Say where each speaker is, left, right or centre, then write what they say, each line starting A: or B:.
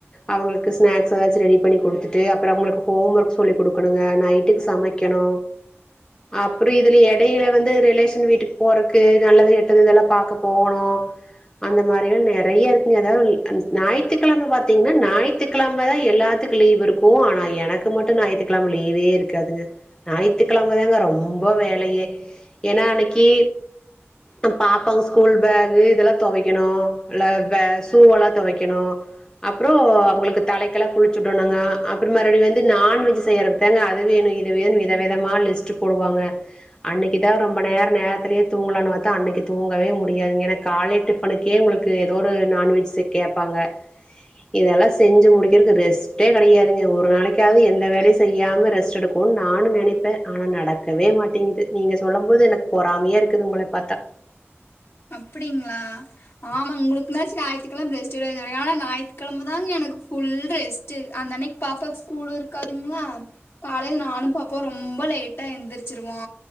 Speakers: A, on the left; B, on the left.
A: அவங்களுக்கு ஸ்நாக்ஸ் ஏதாச்சு ரெடி பண்ணி குடுத்துட்டு அப்பறோ அவங்களுக்கு ஹோம் ஒர்க் சொல்லி குடுக்கணுங்க நைட்டுக்கு சமைக்க கணு அப்புறோ இதுல எடைல வந்து ரிலேஷன் வீட்டுக் போறக்கு நல்லது கெட்டது இதெல்லா பாக்க போகணு அந்த மாரிலா நெறைய இருக்குங்க அதாவந் அந் நாயித்துக்கெழம பாத்தீங்கன்னா நாயித்துக்கெழமதா எல்லாத்துக் லீவ் இருக்கு ஆனா எனக்கு மட்டு நாயித்துக்கெழம லீவே இருக்காதுங்க நாயித்துக்கெழம்பதாங்க ரொம்ப வேலையே ஏன்னா அன்னைக்கு அ பாப்பாங்க ஸ்கூல் பேகு இதெல்லா தொவைக்கணு ல பே சூவெல்லா தொவைக்கணு அப்றோ அவங்களுக்கு தலைக்கெல்லா குளிச்சு விடணுங்க அப்பறமா மறுவடி வந்து நான்வெஜ் செய்யறதுக்தாங்க அதுவேணு இது வேணு விதவிதமா லிஸ்ட் போடுவாங்க அன்னைக்கு தா ரொம்ப நேரோ நேரத்லே தூங்கலான்னு பாத்தா அன்னைக்கு தூங்கவே முடியாதுங்க ஏன்னா காலே டிப்பனுக்கே உங்களுக்கு ஏதோ ஒரு நான்வெஜ் செ கேப்பாங்க இதெல்லா செஞ்சு முடிக்கிறதுக்கு ரெஸ்ட்டே கெடையாதுங்க ஒரு நாளைக்காவது எந்த வேலையு செய்யாம ரெஸ்ட் எடுப் போன்னு நானு நெனைப்பே ஆனா நடக்கவே மாட்டேங்குது நீங்க சொல்லம் போது எனக் பொறாமையா இருக்குது உங்கள பாத்தா
B: அப்டிங்ளா ஆமாங் உங்களுக்குனாச்சு ஞாயித்துக்கிழம் ரெஸ்ட் வேணு ஆனா ஞாயித்துக்கெழம தாங்க எனக்கு ஃபுல் ரெஸ்ட் ட்டு அந் அன்னைக் பாப்பாக் ஸ்கூலு இருக்காதுங்களா காலைல நானும் பாப்பாவு ரொம்ப லேட்டா எந்திரிச்சிருவோ